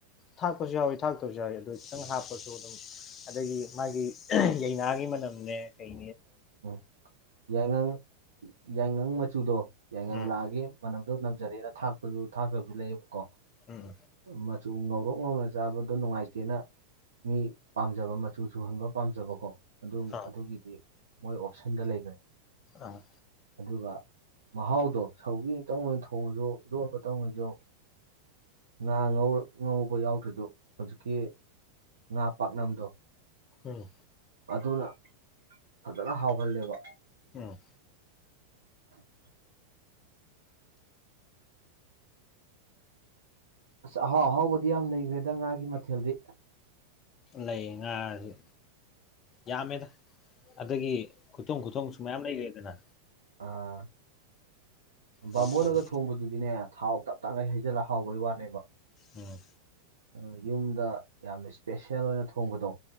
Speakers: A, on the left (about 30°); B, on the right (about 70°).
A: ꯊꯥꯛꯄꯁꯨ ꯌꯥꯎꯋꯤ ꯊꯥꯛꯇꯕꯁꯨ ꯌꯥꯎꯋꯤ ꯑꯗꯨ ꯈꯤꯇꯪ ꯍꯥꯞꯄꯁꯨ ꯑꯗꯨꯝ ꯑꯗꯒꯤ ꯃꯥꯒꯤ ꯌꯩꯅꯥꯒꯤ ꯃꯅꯝ ꯀꯩ
B: ꯎꯝ ꯌꯥꯏꯉꯪ ꯌꯥꯏꯉꯪ ꯆꯨꯗꯣ ꯌꯥꯏꯉ
A: ꯎꯝ
B: ꯂꯥꯛꯑꯒꯦ ꯃꯅꯝ ꯑꯗꯨ ꯅꯝꯖꯔꯦꯅ ꯊꯥꯛꯄꯁꯨ ꯊꯥꯛꯇꯕꯁꯨ ꯂꯩꯌꯦꯕꯀꯣ
A: ꯎꯝ
B: ꯃꯆꯨ ꯉꯧꯔꯣꯛ ꯉꯧꯅ ꯆꯥꯕꯗꯣ ꯅꯨꯡꯉꯥꯏꯇꯦꯅ ꯃꯤ ꯄꯥꯝꯖꯕ ꯃꯆꯨ ꯁꯨꯍꯟꯕ ꯄꯥꯝꯖꯕꯀꯣ ꯑꯗꯨ
A: ꯑꯥ
B: ꯑꯗꯨꯒꯤꯗꯤ ꯃꯣꯏ ꯑꯣꯞꯁꯟꯗ ꯂꯩꯈ꯭ꯔꯦ
A: ꯑꯥ
B: ꯑꯗꯨꯒ ꯃꯍꯥꯎꯗꯣ ꯁꯧꯤ ꯑꯃꯇꯪ ꯑꯣꯏꯅ ꯊꯣꯡꯉꯁꯨ ꯏꯔꯣꯟꯕꯇꯪ ꯑꯣꯏꯁꯨ ꯉꯥ ꯉꯧꯔꯛ ꯉꯧꯕ ꯌꯥꯎꯗ꯭ꯔꯤꯗꯣ ꯍꯧꯖꯤꯛꯀꯤ ꯉꯥ ꯄꯥꯛꯅꯝꯗꯣ
A: ꯎꯝ
B: ꯑꯗꯨꯅ ꯐꯖꯅ ꯍꯥꯎꯍꯜꯂꯦꯕ
A: ꯎꯝ
B: <unintelligible> ꯑꯁ ꯑꯍꯥꯎ ꯑꯍꯥꯎꯕꯗꯤ ꯌꯥꯝ ꯂꯩꯈ꯭ꯔꯦꯗ ꯉꯥꯒꯤ ꯃꯊꯦꯜꯗꯤ
A: ꯂꯩ ꯉꯥꯔꯁꯨ ꯌꯥꯝꯃꯦꯗ ꯑꯗꯨꯗꯒꯤ ꯈꯨꯊꯣꯡ ꯈꯨꯊꯣꯡꯁꯨ ꯃꯌꯥꯝ ꯂꯩꯈꯦꯗꯅ
B: ꯑꯥ ꯕꯥꯝꯕꯣꯟꯅꯒ
A: ꯇꯥꯎꯊꯣꯡ
B: ꯊꯣꯡꯕꯗꯨꯗꯤꯅꯦ ꯊꯥꯎ ꯇꯞ ꯇꯪꯉꯒ ꯍꯩꯖꯤꯜꯂ ꯍꯥꯎꯕꯩ ꯋꯥꯠ ꯕ
A: ꯎꯝ
B: ꯑ ꯌꯨꯝꯗ ꯌꯥꯝꯅ ꯏꯁꯄꯦꯁꯦꯜ ꯑꯣꯏꯅ ꯊꯣꯡꯕꯗꯣ